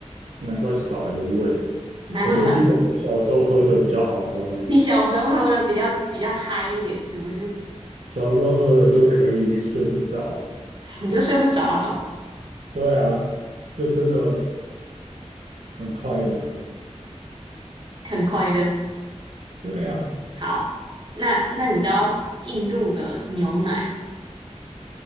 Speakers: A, on the right; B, on the right.
A: 难怪少一个胃。
B: 难怪少人。
A: 我就记得我小时候喝的比较好喝，
B: <laughs> 你小时候喝了比较比较嗨一点，是不是？
A: 小时候喝了就可以睡不着。
B: <laughs> 你就睡不着了，
A: 对啊，就真的很快乐。
B: 很快乐。
A: 对呀、
B: 好，那那你知道印度的牛奶？